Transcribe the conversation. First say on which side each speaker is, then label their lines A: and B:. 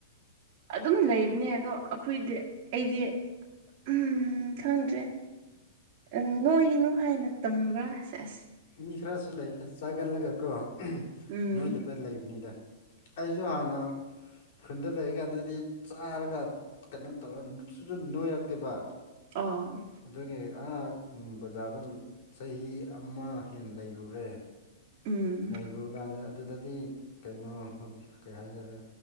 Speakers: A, on the right; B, on the left.
A: ꯑꯗꯨꯝ ꯂꯩ ꯅꯦ ꯑꯗꯣ ꯑꯩꯈꯣꯏꯗꯤ ꯑꯩꯗꯤ ꯎ ꯈꯪꯗ꯭ꯔꯦ ꯎ ꯅꯣꯏꯅꯨ ꯍꯥꯏꯅ ꯇꯝꯕ꯭ꯔꯁ ꯑꯁ
B: ꯃꯤꯅꯤ ꯈꯔꯁꯨ ꯂꯩꯕ ꯆꯥꯒꯜꯂꯒꯀꯣ
A: ꯎꯝ
B: ꯅꯣꯏꯗ ꯄ ꯂꯩꯕꯅꯤꯗ ꯑꯩꯁꯨ ꯍꯥꯟꯅ ꯈꯨꯟꯗ ꯂꯩꯔꯤꯀꯥꯟꯗꯗꯤ ꯆꯥꯔꯒ ꯀꯩꯅꯣ ꯇꯧꯔ ꯁꯨꯁꯨ ꯅꯣꯏꯔꯛꯇꯦꯕ
A: ꯑꯣ
B: ꯑꯗꯨꯒꯤ ꯎ ꯕꯖꯥꯔꯗ ꯆꯍꯤ ꯑꯃ ꯍꯦ ꯂꯩꯔꯨꯔꯦ
A: ꯎꯝ
B: ꯂꯩꯔꯨꯔꯀꯥꯟꯗ ꯑꯗꯨꯗ ꯗꯤ ꯀꯩꯅꯣ ꯍꯧꯛ ꯀꯩ ꯍꯥꯏꯖꯔꯦ